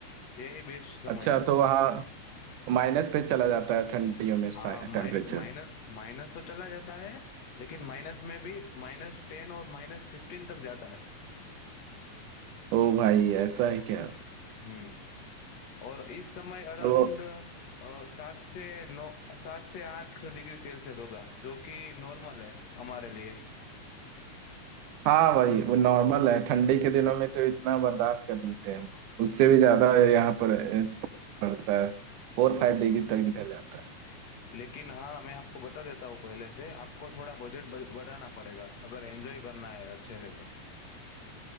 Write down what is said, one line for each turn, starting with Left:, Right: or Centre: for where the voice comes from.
Left: यही बेस्ट समय
Right: अच्छा
Left: है
Right: तो वहाँ माइनस पे चला जाता है ठंडियों में
Left: हाँ
Right: टेम्परेचर
Left: माइन माइनस माइनस तो चला जाता है लेकिन माइनस में भी माइनस टेन और माइनस फिफ्टीन तक जाता है
Right: ओ भाई ऐसा है क्या
Left: हम्म और इस समय अराउंड
Right: तो
Left: सात से नौ सात से आठ डिग्री सेल्सियस होगा जो कि नॉर्मल है हमारे लिए
Right: हाँ भाई वो नॉर्मल है ठंडी के दिनों में तो इतना बर्दाश्त कर लेते हैं हम लोग उससे भी ज्यादा यहाँ पर अ, पड़ता है फोर फाइव डिग्री तक इधर जाता है
Left: लेकिन हाँ मैं आपको बता देता हूँ पहले से आपको थोड़ा बजट बढ़ाना पड़ेगा अगर एंजॉय करना है अच्छे से तो